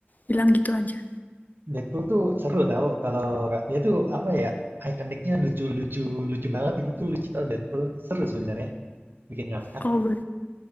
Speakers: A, on the left; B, on the right.
A: Hilang gitu aja.
B: Deadpool tuh seru tau kalau dia tuh apa ya, ikoniknya lucu-lucu lucu banget itu tuh lucu tau Deadpool. Seru sebenarnya, bikin ngakak.
A: Kalau